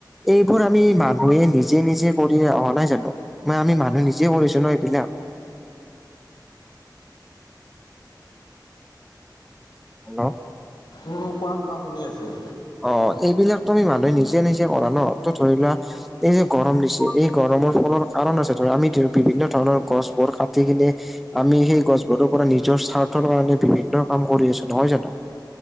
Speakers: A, in the centre; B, on the left.
A: এইবোৰ আমি মানুহে নিজে নিজে কৰি অহা নাই জানো? মাই আমি মানুহ নিজে কৰিছো ন এইবিলাক। হেল্ল'।
B: উম কোৱা কোৱা শুনি আছোঁ।
A: অ এইবিলাকতো আমি মানুহে নিজে নিজে কৰা ন, ত ধৰি লোৱা। এই যে গৰম দিছে, এই গৰমৰ ফলৰ কাৰণ আছে ধৰা, আমি বিভিন্ন ধৰণৰ গছবোৰ কাটি কিনে আমি সেই গছবোৰৰ পৰা নিজৰ স্বাৰ্থৰ কাৰণে বিভিন্ন কাম কৰি আছো নহয় জানো?